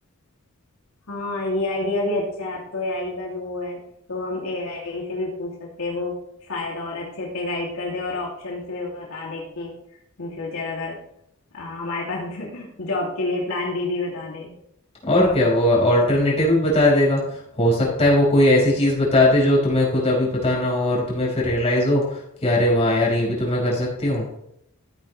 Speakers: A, on the left (about 75°); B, on the left (about 30°).
A: हाँ ये आइडिया भी अच्छा है अब तो एआई का जो वो है तो हम एआई से भी पूछ सकते हैं वो शायद और अच्छे से गाइड कर दे और ऑप्शन भी बता दे कि इन फ्यूचर अगर आ, हमारे पास <laughs> जॉब के लिए प्लान बी भी बता दे
B: और क्या वो ऑल्टरनेटिव भी बता देगा हो सकता है वो कोई ऐसी चीज़ बता दे जो तुम्हें खुद अभी पता ना हो और तुम्हें फिर रियलाइज़ हो कि अरे वाह यार ये भी तो मैं कर सकती हूँ